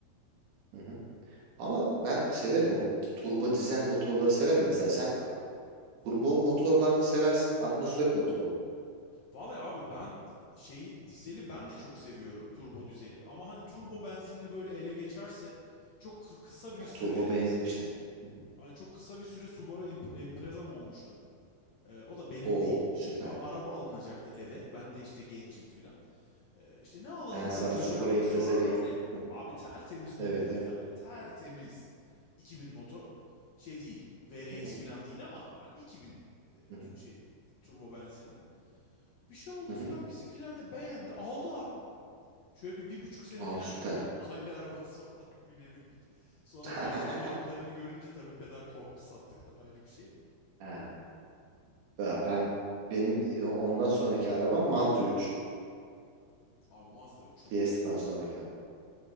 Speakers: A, on the right; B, on the left.
A: Hı hı. Ama ben severim o turbo dizel motorları severim mesela. Sen turbo motorlar mı seversin? Atmosferik motor mu?
B: Vallahi abi ben şeyi dizeli ben de çok seviyorum turbo dizeli ama hani turbo
A: Hı.
B: benzinli böyle ele geçerse çok kı- kısa bir
A: Ya,
B: süre
A: turbo benzin işte. Hı hı.
B: hani çok kısa bir süre Subaru Imp- Impreza'm olmuştu. Ee, o da benim
A: Oo
B: değil.
A: süper.
B: Ee, a- araba alınacaktı eve. Ben de işte gencim filan. Ee, işte ne alalım
A: Ben
B: hani
A: sana
B: çocuğa
A: Subaru
B: da
A: Impreza
B: bir sorarlar
A: ile ilgili.
B: ya.
A: Hı.
B: Abi tertemiz buldum
A: Evet evet.
B: bir tane. Tertemiz. 2000 motor. Şey değil. v
A: Hı
B: VRX
A: hı.
B: falan değil ama hani 2000 e,
A: Hı hı.
B: şey turbo benzinli. Bir şey oldu
A: Hı hı.
B: filan bizimkiler de beğendi. Aldı abi. Şöyle bir, bir buçuk sene
A: Vav,
B: filan
A: süper.
B: <laughs> aile arabası olarak binebildik. Sonra
A: <laughs>
B: parça fiyatlarını görünce tabii peder korktu sattık da ayrı bir şeydi.
A: Ha. Ya Ben benim e, ondan sonraki arabam Mazda 3.
B: Abi Mazda 3 çok
A: Fiesta'dan
B: güzel araba
A: sonraki.
B: ya.